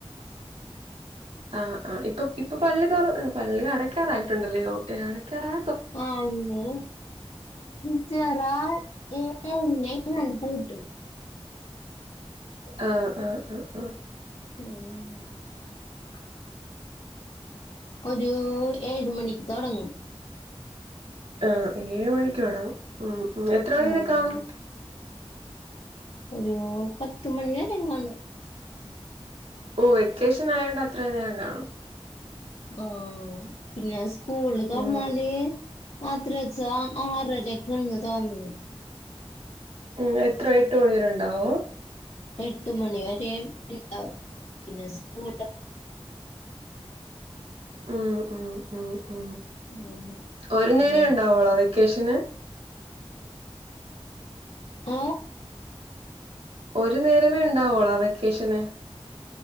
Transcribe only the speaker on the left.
ആഹ അന്ന്െ <unintelligible>
ഉം ഒരു ഏഴ് മണിക്ക് തുടങ്ങും
ഉം.
ഒരു പത്ത മണി വരെങ്ങാണ്
ആഹ് പിന്നെ സ്കൂൾ തുറന്നാല്
അത്ര വച്ചാ ഹാരജക്ന്ന് തോന്നുന്നു
എട്ട് മണി വരെ ഉണ്ടാവും പിന്നെ സ്കൂ
ഉം.
ഉം.
ആ